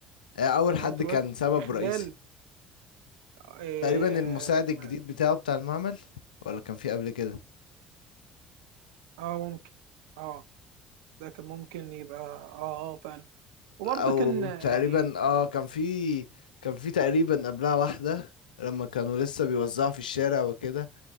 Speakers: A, on the left; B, on the right.
A: آه، اول
B: يعني
A: حد
B: والتر
A: كان
B: وايت
A: سبب
B: في خلال
A: رئيسي
B: اه,
A: تقريبا المساعد الجديد
B: ما-
A: بتاعه بتاع المعمل ولا كان في قبل كده
B: آه ممكن اه ده كان ممكن يبقى اه اه فعلا وبرضه
A: او
B: كان يعني
A: تقريبا اه كان في كان في تقريبا قبلها واحدة لما كانوا لسه بيوزعوا في الشارع وكده